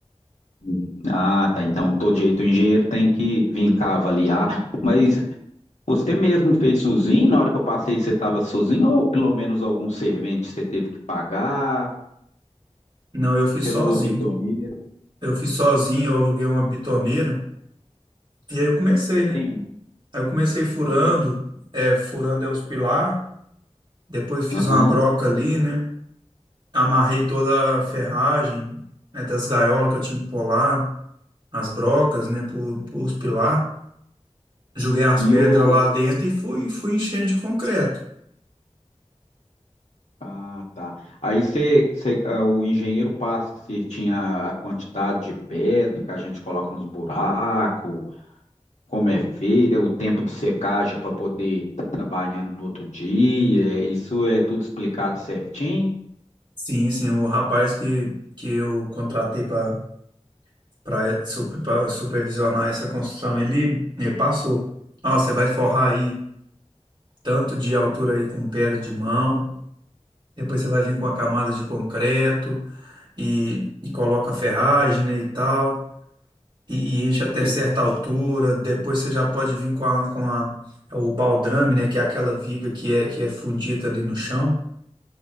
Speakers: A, on the left (about 80°); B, on the right (about 45°).
A: Hum. Ah, tá. Então, todo jeito o engenheiro tem que vir cá avaliar. Mas Você mesmo fez sozinho? Na hora que eu passei, você estava sozinho? Ou pelo menos algum servente você teve que pagar?
B: Não, eu fiz
A: Você
B: sozinho.
A: alugou bitoneira?
B: Eu fiz sozinho, eu aluguei uma bitoneira e aí eu comecei,
A: Entende?
B: né? Aí eu comecei furando,
A: Entende?
B: é, furando é os pilar, depois fiz
A: Aham.
B: uma broca ali, né? Amarrei toda a ferragem, né, das gaiolas que eu tinha que pular, as brocas, né, pro, pros pilar. Joguei as
A: E
B: pedras
A: o.
B: lá dentro e fui, fui enchendo de concreto.
A: Ah, tá. Aí você, você- ah, o engenheiro passa certinho a, a quantidade de pedra que a gente coloca nos buracos, como é feito, é o tempo de secagem para poder estar trabalhando no outro dia. Isso é tudo explicado certinho?
B: Sim, sim, o rapaz que, que eu contratei para para supervisionar essa construção, ele, ele passou. Ó, você vai forrar aí tanto de altura aí com pedra de mão, depois você vai vir com a camada de concreto e, e coloca ferragem, né, e tal. e, e enche até
A: E-
B: certa altura. Depois você já pode vir com a, com a, é o baldrame, né? Que é aquela viga que é, que é fundida ali no chão.